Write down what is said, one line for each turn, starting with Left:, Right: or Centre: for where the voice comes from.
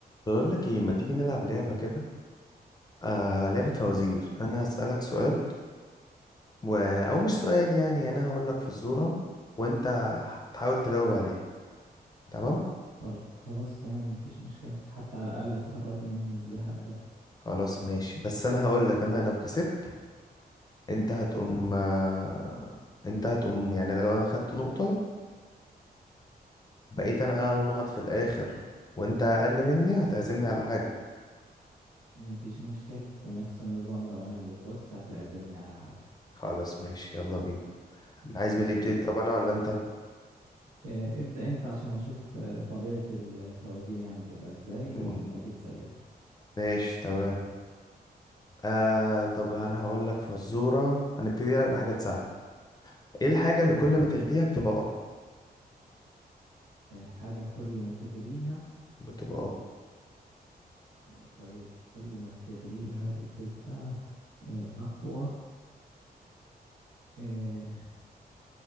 Left: بقول لك ايه ما تيجي نلعب لعبة كده آه لعبة فوازير انا هسألك سؤال و... او مش سؤال يعني انا هقول لك فزورة وانت هتحاول تجاوب عليها تمام
Right: خل- خلاص تمام مفيش مشكلة حتى على الأقل اتخرجنا من الزهق ده
Left: خلاص ماشي بس انا هقول لك انا لو كسبت انت هتقوم آه انت هتقوم يعني انا لو انا خدت نقطة بقيت انا
Right: اه
Left: اعلى نقط في الاخر وانت اقل مني هتعزمني على حاجة
Right: مفيش مشكلة ونفس النظام لو أنا اللي فزت هتعزمني على حاجة
Left: خلاص ماشي يلا بينا
Right: ماشي
Left: عايز مين اللي يبتدي
Right: يلا
Left: طب
Right: ب-
Left: انا ولا انت
Right: آه، ابدأ أنت عشان أشوف آه، طبيعة ال- الفوازير يعني هتبقى إزاي
Left: مم،
Right: وأجيب زيها
Left: ماشي تمام آه طب انا هقول لك فزوره هنبتدي لك بحاجات سهله ايه الحاجه اللي كل ما تغليها بتبقى اقوى
Right: آه، حاجة كل ما تغليها
Left: بتبقى اقوى
Right: آه، طيب كل ما بتغليها بتبقى آه، أقوى آه،